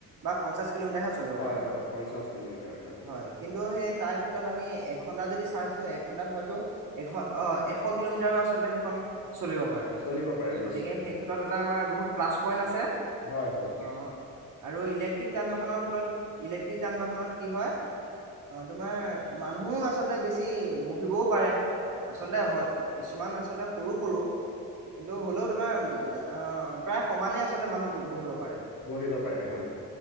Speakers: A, on the right; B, on the left.
A: বা পঞ্চাশ কিলোমিটাৰহে চলিব
B: হয়
A: পাৰা,
B: হয় পঞ্চাশ কিলোমিটাৰ
A: হয় কিন্তু সেই তাৰ ক্ষেত্ৰত আমি ঘণ্টা যদি চাৰ্জ দিওঁ, এঘন্টাত হয়তো এ, এশ কিলোমিটাৰো আচলতে সেইখন চলিব পাৰে
B: চলিব পাৰে
A: গতিকে
B: নিশ্চয়
A: সেই
B: হয়
A: ক্ষেত্ৰত এটা আমাৰ বহুত প্লাছ পইণ্ট আছে।
B: হয় হয়।
A: অ' আৰু ইলেক্ট্ৰিক যান বাহনৰ ফলত, ইলেক্ট্ৰিক যান বাহনত কি হয় অ', তোমাৰ মানুহো আচলতে বেছি বহিবও পাৰে, আচলতে হয়, কিছুমান আচলতে সৰু সৰু কিন্তু হ'লেও তোমাৰ আহ' প্ৰায় সমানেই আচলতে মানুহ বহিব পাৰে।
B: বহিব পাৰে হয়।